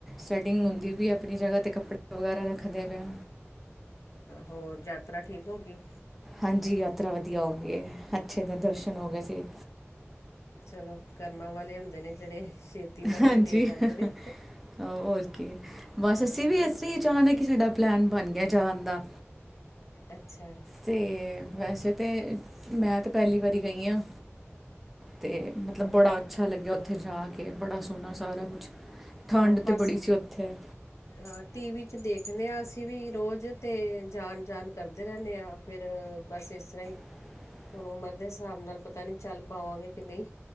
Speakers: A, in the centre; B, on the left.
A: ਸੈਟਿੰਗ ਹੁੰਦੀ ਪਈ ਆਪਣੀ ਜਗ੍ਹਾ ਤੇ ਕੱਪੜੇ ਵਗੈਰਾ ਰੱਖਦੇ ਪਿਆ
B: ਹੋਰ ਯਾਤਰਾ ਠੀਕ ਹੋ ਗਈ
A: ਹਾਂਜੀ ਯਾਤਰਾ ਵਧੀਆ ਹੋ ਗਈ ਹੈ, ਅੱਛੇ ਦਰਸ਼ਨ ਹੋ ਗਏ ਸੀ
B: ਚਲੋ, ਕਰਮਾਂ ਵਾਲੇ ਹੁੰਦੇ ਨੇ ਜਿਹੜੇ ਮੱਥਾ
A: ਹਾਂਜੀ,
B: ਟੇਕ ਆਉਂਦੇ ਨੇ
A: ਹੋਰ ਕੀ ਬਸ,
B: ਹਾਂ
A: ਅਸੀਂ ਵੀ ਅਸੀਂ
B: ਅਸ
A: ਅਚਾਨਕ ਕਿ ਸਾਡਾ ਪਲੈਨ ਬਣ ਗਿਆ ਜਾਣ ਦਾ
B: ਅੱਛਾ
A: ਤੇ ਵੈਸੇ ਤੇ, ਮੈਂ ਤਾਂ ਪਹਿਲੀ ਵਾਰੀ ਗਈ ਹਾਂ ਤੇ ਮਤਲਬ ਬੜਾ ਅੱਛਾ ਲੱਗਿਆ ਉੱਥੇ ਜਾ ਕੇ, ਬੜਾ ਸੋਹਣਾ ਸਾਰਾ ਕੁਛ ਠੰਡ
B: ਆ
A: ਤੇ
B: ਬਸ
A: ਬੜੀ ਸੀ ਉੱਥੇ
B: ਹਾਂ ਟੀਵੀ ਚ ਦੇਖਦੇ ਹਾਂ ਅਸੀਂ ਵੀ ਰੋਜ਼ ਤੇ ਜਾਣ -ਜਾਣ ਕਰਦੇ ਰਹਿੰਦੇ ਹਾਂ ਫਿਰ, ਬਸ ਇਸ ਤਰ੍ਹਾਂ ਹੀ
A: <inaudible>
B: ਹੁਣ ਉਮਰ ਦੇ ਹਿਸਾਬ ਨਾਲ ਪਤਾ ਨਹੀਂ ਚੱਲ ਪਾਵਾਂਗੇ ਕਿ ਨਹੀਂ